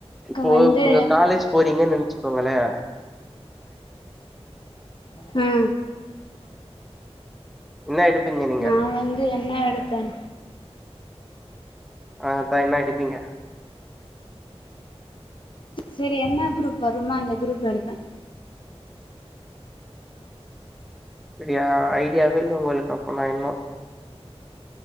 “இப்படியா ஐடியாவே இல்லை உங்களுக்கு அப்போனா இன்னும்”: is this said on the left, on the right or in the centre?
Centre